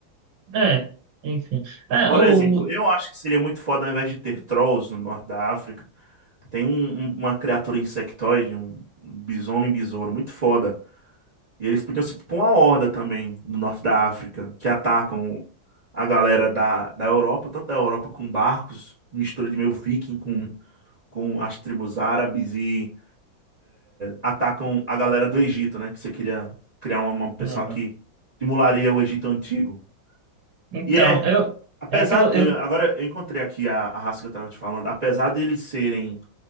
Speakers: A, on the right; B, on the right.
A: É, enfim. Ah,
B: Por
A: o
B: exemplo,
A: o-
B: eu acho que seria muito foda ao invés de ter trolls no norte da África. Tem um- um- uma criatura insectoide, um, um bisomem besouro muito foda. E eles podiam ser tipo uma horda também no norte da África, que atacam a galera da, da Europa, tanto da Europa com barcos, mistura de meio viking com, com as tribos árabes e atacam a galera do Egito, né? Que você queria criar uma, uma pessoal
A: Aham.
B: que simularia o Egito antigo.
A: Então,
B: E é,
A: eu
B: apesar,
A: é que eu, eu
B: eu- agora eu encontrei aqui a, a raça que eu tava te falando, apesar de eles serem